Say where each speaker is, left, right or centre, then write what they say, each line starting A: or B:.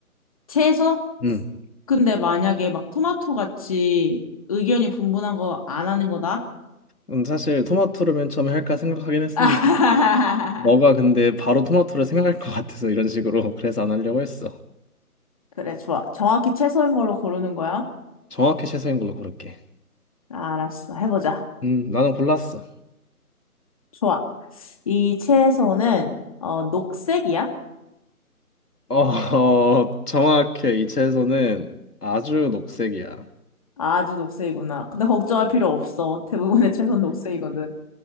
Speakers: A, on the left; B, on the left.
A: 채소?
B: 음.
A: 근데 만약에 막 토마토 같이 의견이 분분한 거 안 하는 거다?
B: 음, 사실 토마토를 맨 처음에 할까 생각하긴 했었는데
A: <laughs>
B: 너가 근데 바로 토마토를 생각할 것 같아서 이런 식으로 <laughs> 그래서 안 하려고 했어.
A: 그래, 좋아. 정확히 채소인 걸로 고르는 거야?
B: 정확히 채소인 걸로 고를게.
A: 알았어. 해보자.
B: 음, 나는 골랐어.
A: 좋아. 이 채소는, 어, 녹색이야?
B: 어, <laughs> 어, 정확해. 이 채소는 아주 녹색이야.
A: 아주 녹색이구나. 근데 걱정할 필요 없어. 대부분의 채소는 녹색이거든.